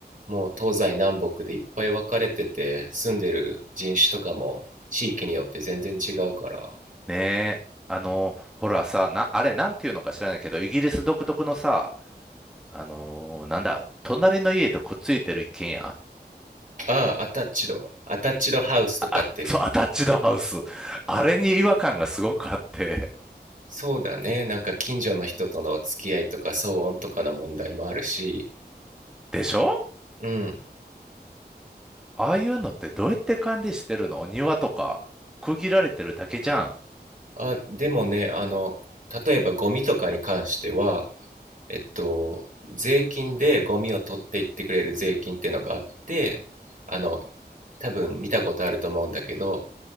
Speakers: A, on the right (about 50°); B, in the centre.
A: もう東西南北でいっぱい分かれてて、住んでる人種とかも地域によって全然違うから。
B: ねえ。あの、ほらさ、な、あれなんていうのか知らないけど、イギリス独特のさ、あのーなんだ、隣の家とくっついてる一軒家
A: ああ、アタッチド、アタッチドハウスとかって、
B: <laughs> そう、アタッチドハウス。あれに違和感がすごくあって。
A: そうだね、なんか近所の人との付き合いとか騒音とかの問題もあるし、
B: でしょ
A: うん、
B: ああいうのってどうやって管理してるの庭とか、区切られてるだけじゃん。
A: あ、でもね、あの、例えばゴミとかに関しては、えっと、税金でゴミを取っていってくれる税金っていうのがあって、あの、多分見たことあると思うんだけど、